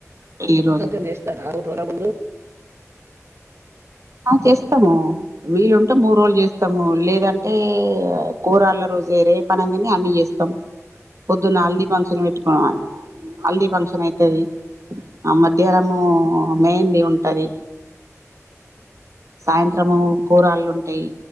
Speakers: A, on the right (about 70°); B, on the right (about 50°).
A: పెళ్లి రోజు
B: ఫంక్షన్ చేస్తార ఆ ఊరోళ్ల ముందు
A: ఆ చేస్తాము వీళ్ళుంటే మూడు రోజులు చేస్తాము లేదంటే కూరళ్ళ రోజు రే పనంగానే అన్నీ చేస్తాము పొద్దున్న హల్దీ ఫంక్షన్ పెట్టుకున్నా ఆ హల్దీ ఫంక్షన్ అయితది, ఆ మధ్యాహ్నము మెహంది ఉంటంది. సాయంత్రము కూరాళ్ళు ఉంటయి